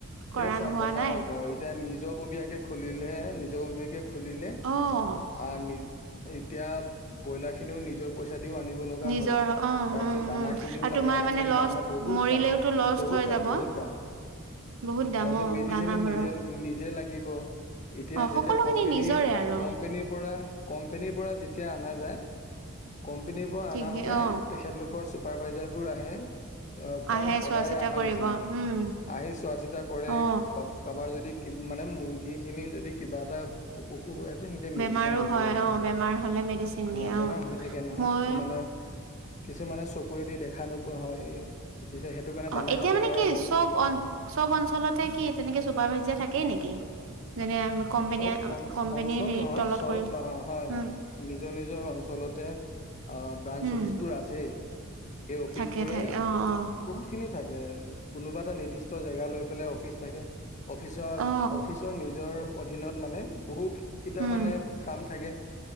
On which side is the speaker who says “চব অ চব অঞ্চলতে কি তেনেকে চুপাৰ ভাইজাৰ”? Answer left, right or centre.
Right